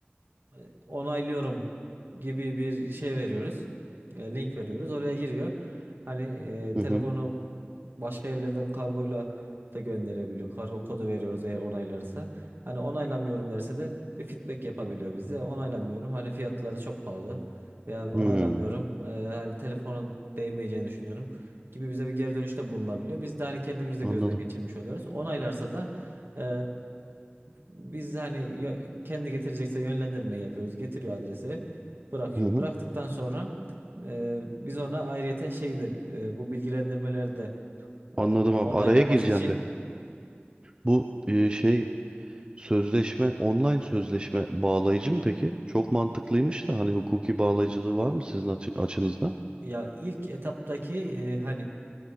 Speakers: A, on the right; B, on the right.
A: e, onaylıyorum gibi bir şey veriyoruz. E, Link veriyoruz. Oraya giriyor. Hani e,
B: hı
A: telefonu
B: hı.
A: başka yerlerden kargoyla da gönderebiliyor. Kargo kodu veriyoruz eğer onaylarsa. Hani onaylamıyorum derse de bir feedback yapabiliyor bize. Onaylamıyorum. Hani fiyatları çok pahalı veya onaylamıyorum.
B: Hmm,
A: e, hani telefonun değmeyeceğini düşünüyorum gibi bize bir geri dönüşte bulunabiliyor. Biz de hani kendimiz de
B: anladım.
A: gözden geçirmiş oluyoruz. Onaylarsa da e, biz hani yö- kendi getirecekse yönlendirmeyi yapıyoruz. Getiriyor adrese, bırakıyor.
B: Hı hı.
A: Bıraktıktan sonra e, biz ona ayrıyeten şeyi de e, bu bilgilendirmeleri de
B: Anladım
A: e,
B: abi.
A: onaylaması
B: Araya gireceğim
A: için
B: be. Bu e, şey sözleşme online sözleşme bağlayıcı mı peki? Çok mantıklıymış da hani hukuki bağlayıcılığı var mı sizin açı- açınızdan?
A: Ya ilk etaptaki e, hani